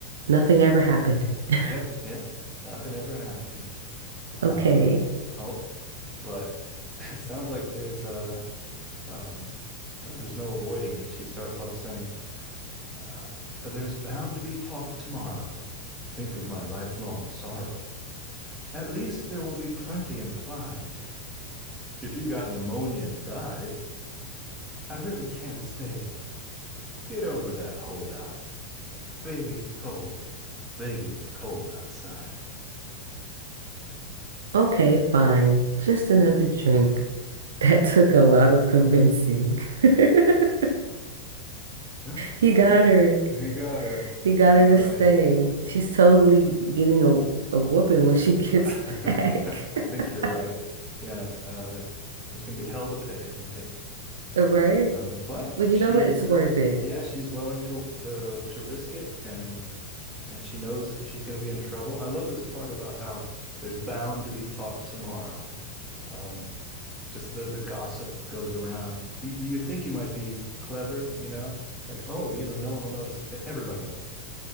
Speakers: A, on the right; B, in the centre.
A: Nothing ever happened. <laughs>
B: Yep, yep. Nothing ever happened. Uh
A: Okay.
B: oh, but <laughs> it sounds like there's a Um, well, there's no avoiding it. She starts off saying, uh, There's bound to be talk tomorrow. Think of my lifelong sorrow. At least there will be plenty implied. If you got pneumonia and died, I really can't stay. Get over that holdout. Baby, it's cold. Baby, it's cold outside.
A: Okay, fine. Just another drink. <laughs> That took a lot of convincing. <laughs>
B: <laughs>
A: He got her.
B: He got her.
A: He got
B: All
A: her to
B: right.
A: stay. She's totally getting a, a whooping when she gets
B: <laughs>
A: back.
B: yeah, I think
A: <laughs>
B: you're right. Yeah, uh, there's going to be hell to pay, I think.
A: Right?
B: Um, but
A: But you
B: she's
A: know what? It's worth
B: uh,
A: it.
B: yeah, she's willing to to to risk it, and yeah, she knows that she's going to be in trouble. I love this part about how there's bound to be talk tomorrow. Um, just the the gossip that goes around. You, you think you might be clever, you know, like oh, you know, no one will notice. The thing. Everybody knows.